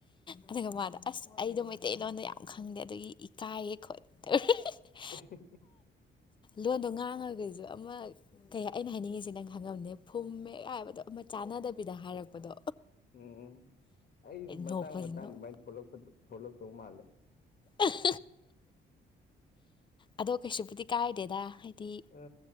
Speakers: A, on the left; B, on the left.
A: ꯑꯗꯨꯒ ꯃꯥꯗꯣ ꯑꯁ ꯑꯩꯗꯣ ꯃꯩꯇꯩꯂꯣꯟꯗ ꯌꯥꯝ ꯈꯪꯗꯦ ꯑꯗꯨꯒꯤ ꯏꯀꯥꯏꯌꯦ ꯈꯣꯠꯂꯦ <unintelligible>
B: ꯎ <unintelligible>
A: ꯂꯣꯟꯗꯣ ꯉꯥꯡꯉꯒꯁꯨ ꯑꯃ ꯀꯩ ꯑꯩꯅ ꯍꯥꯏꯅꯤꯡꯉꯤꯁꯦ ꯅꯪ ꯈꯪꯉꯝꯅꯦ ꯐꯨꯝꯃꯦꯒ ꯍꯥꯏꯕꯗꯣ ꯑꯃ ꯆꯥꯟꯅꯗꯕꯤꯗ ꯍꯥꯏꯔꯛꯄꯗꯣ꯫
B: ꯎꯝ ꯑꯩꯁꯨ ꯃꯇꯥꯡ
A: ꯅꯣꯛꯄꯁꯤ
B: ꯃꯇꯥꯡ
A: ꯅꯣꯛ
B: ꯑꯗꯨꯃꯥꯏ ꯊꯣꯛꯂꯛꯄ ꯊꯣꯛꯂꯛꯇꯧ ꯃꯥꯜꯂꯦ
A: ꯑ <inaudible> ꯑꯗꯣ ꯀꯩꯁꯨꯕꯨꯗꯤ ꯀꯥꯏꯗꯦꯗ ꯍꯥꯏꯗꯤ
B: ꯑ